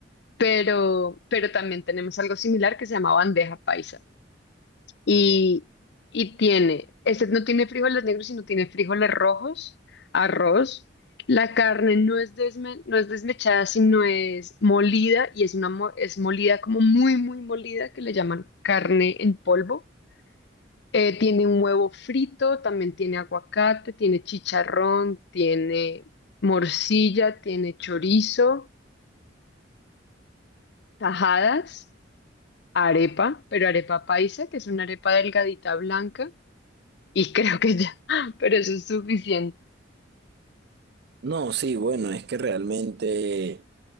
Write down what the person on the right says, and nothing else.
No, sí, bueno, es que realmente